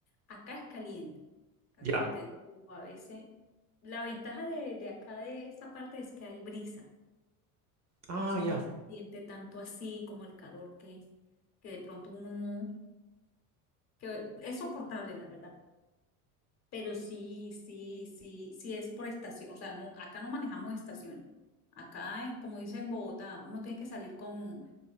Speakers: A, on the left; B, on the right.
A: Acá es caliente, acá
B: Ya.
A: como te digo, a veces la ventaja de, de acá de esta parte es que hay brisa,
B: Ah,
A: entonces
B: ya.
A: no se siente tanto así como el calor que, que de pronto uno no, que es soportable, la verdad. Pero sí, sí, sí, sí es por estación. O sea, no, acá no manejamos estaciones. Acá, en- como dice en Bogotá, uno tiene que salir con,